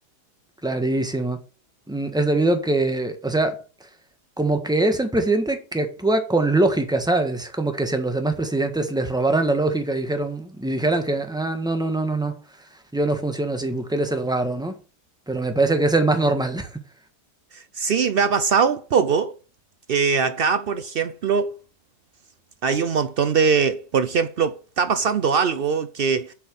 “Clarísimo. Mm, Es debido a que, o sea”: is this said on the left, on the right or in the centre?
Centre